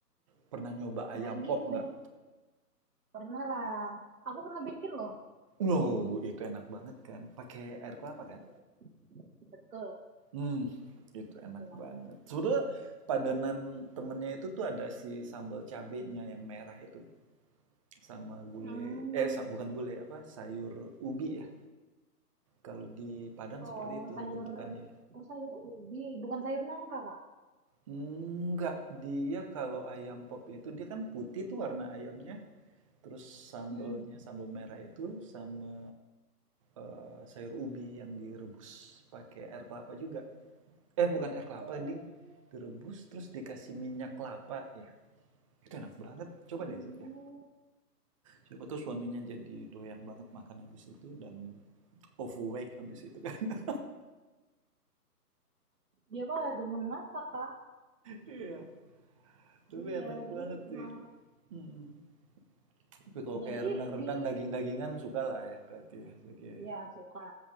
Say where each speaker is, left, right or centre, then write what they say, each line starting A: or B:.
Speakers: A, on the right; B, on the right.
A: Pernah nyoba ayam
B: daging
A: pop nggak?
B: deh. Pernah lah, aku pernah bikin loh.
A: Wow, itu enak banget kan, pakai air kelapa kan?
B: Iya, betul,
A: Mmm, itu
B: betul
A: enak
B: aku.
A: banget. Sebenarnya padanan temennya itu tuh ada si sambal cabenya yang merah itu, sama gulai
B: Hmm,
A: eh, sa bukan gulai, apa, sayur ubi ya. Kalau di Padang seperti
B: oh
A: itu
B: sayur,
A: bentukannya.
B: oh sayur ubi, bukan sayur nangka kak.
A: Enggak, dia kalau ayam pop itu dia kan putih tuh warna ayamnya, terus sambelnya
B: Mm-mm.
A: sambel merah itu sama eh, sayur ubi yang direbus pakai air kelapa juga. Eh bukan air kelapa,
B: Oh,
A: ding. Direbus terus dikasih minyak kelapa ya. Itu enak banget. Coba
B: Hmm,
A: deh Zak ya. Siapa tuh suaminya jadi doyan banget makan habis itu dan overweight habis itu kan. <laughs>
B: dia malah demen masak kak
A: Iya, tapi
B: iya
A: enak
B: jadi
A: banget
B: emang
A: sih. Mm-mm. Tapi kalau
B: jadi
A: kayak rendang-rendang
B: di
A: daging-dagingan suka lah ya berarti ya. Zak ya.
B: ya suka